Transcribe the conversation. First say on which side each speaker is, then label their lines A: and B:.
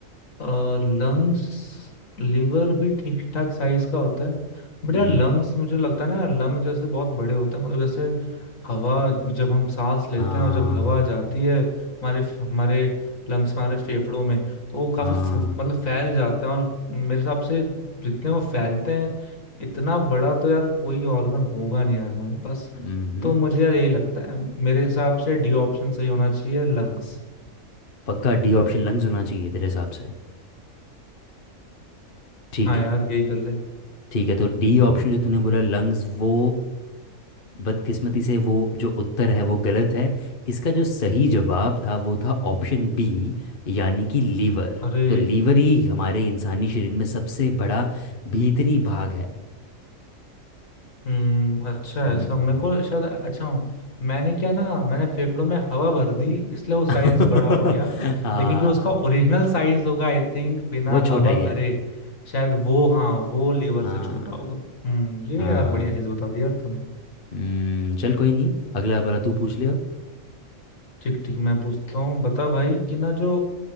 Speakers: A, on the left (about 75°); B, on the left (about 45°).
A: लंग्स लिवर भी ठीक ठाक साइज का होता है बट
B: हम्म
A: यार लंग्स मुझे लगता है ना लंग जैसे बहुत बड़े होते हैं मतलब जैसे हवा जब हम सांस लेते
B: हाँ
A: हैं और जब हवा जाती है हमारे हमारे लंग्स हमारे फेफड़ों में तो वो काफी
B: हाँ
A: फु- मतलब फैल जाते हैं और मेरे हिसाब से जितने वो फैलते हैं इतना बड़ा तो यार कोई ऑर्गन होगा नहीं यार हमारे पास
B: हम्म
A: तो मुझे यार यही लगता है मेरे हिसाब से डी ऑप्शन सही होना चाहिए लंग्स
B: पक्का डी ऑप्शन लंग्स होना चाहिए तेरे हिसाब से ठीक
A: हाँ
B: है
A: यार यही कर ले
B: ठीक है तो डी ऑप्शन जो तूने बोला लंग्स वो बदकिस्मती से वो जो उत्तर है वो गलत है इसका जो सही जवाब था वो था ऑप्शन बी यानी कि लीवर
A: अरे
B: तो लीवर ही हमारे इंसानी शरीर में सबसे बड़ा भीतरी भाग है
A: हम्म अच्छा
B: हम्म,
A: है सब मेरे को शायद अच्छा हूँ मैंने क्या ना मैंने फेफड़ों में हवा भर दी इसलिए वो साइज
B: <laughs>
A: बड़ा हो गया
B: हाँ
A: लेकिन जो उसका ओरिजिनल साइज होगा आई थिंक बिना
B: वो छोटा
A: हवा
B: ही है
A: भरे शायद वो हाँ वो लीवर
B: हाँ
A: से छोटा होगा हम्म ये
B: हाँ
A: यार बढ़िया चीज बता दी यार तूने
B: हम्म, चल कोई नहीं अगला वाला तू पूछ ले अब
A: ठीक ठीक मैं पूछता हूँ बता भाई कि ना जो